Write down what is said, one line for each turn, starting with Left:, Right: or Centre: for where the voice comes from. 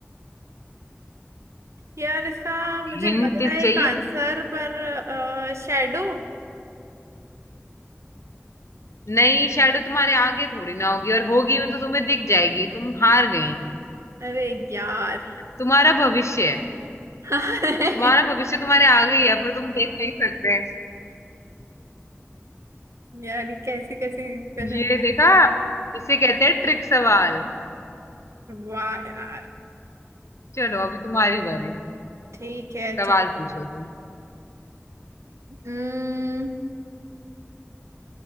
Right: यार इसका मुझे
Left: हिंट
Right: लग रहा है
Left: चाहिए
Right: एक आंसर पर शैडो
Left: नहीं शैडो तुम्हारे आगे थोड़ी ना होगी और होगी वो तो तुम्हें दिख जाएगी तुम हार गई
Right: अरे यार
Left: तुम्हारा भविष्य है
Right: <laughs>
Left: तुम्हारा भविष्य तुम्हारे आगे ही है पर तुम देख नहीं सकते
Right: यार ये कैसी कैसी कैसे
Left: ये देखा इसे कहते हैं ट्रिक सवाल
Right: वाह यार
Left: चलो अभी तुम्हारी बारी
Right: ठीक है
Left: सवाल
Right: चल
Left: पूछो तुम
Right: हम्म